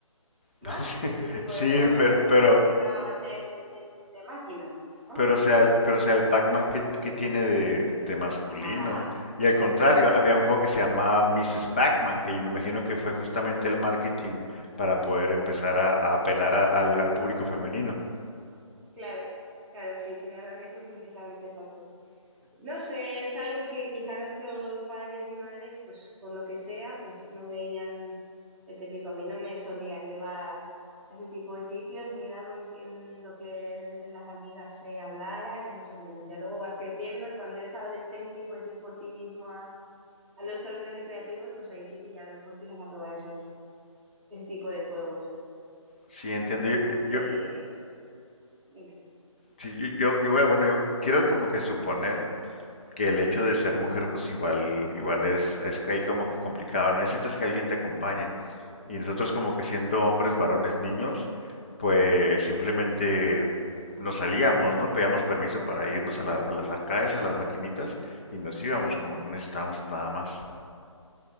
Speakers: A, in the centre; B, on the left.
A: ¿no?
B: <laughs>
A: Que ese tipo
B: Sí,
A: de juegos
B: pero,
A: son los
B: pero,
A: que te encontrabas en, en- de máquinas, ¿no?
B: Pero
A: Entiendo.
B: o sea, el- pero o sea, el Pac-Man que, tiene de, de masculino.
A: Nada,
B: Y al contrario,
A: nada.
B: había un juego que se llamaba Mrs. Pac-Man, que yo me imagino que fue justamente el marketing para poder empezar a, a apelar a- al, al público femenino.
A: Claro, claro, sí, crearon eso precisamente, exacto. No sé, es algo que quizá nuestros padres y madres, pues por lo que sea, pues no veían, ya te digo, a mí no me solían llevar a ese tipo de sitios, ni era algo en, en lo que entre las amigas se hablara, ni mucho menos. Ya luego vas creciendo y cuando eres adolescente y puedes ir por ti mismo a, a los salones recreativos, pues ahí sí que ya a lo mejor empiezas a probar esos, ese tipo de juegos.
B: Sí, entiendo.
A: Entiendo
B: Yo, yo,
A: que...
B: yo-
A: Dime.
B: sí, yo, yo- yo voy a- bueno, yo quiero como que suponer que el hecho de ser mujer, pues igual, igual es, es que ahí como que complicado. ¿no? Necesitas que alguien te acompañe. Y nosotros como que siendo hombres, varones, niños, pues simplemente nos salíamos, ¿no? Pedíamos permiso para irnos a, la- a las arcades, a las maquinitas y nos íbamos, como que no necesitábamos nada más.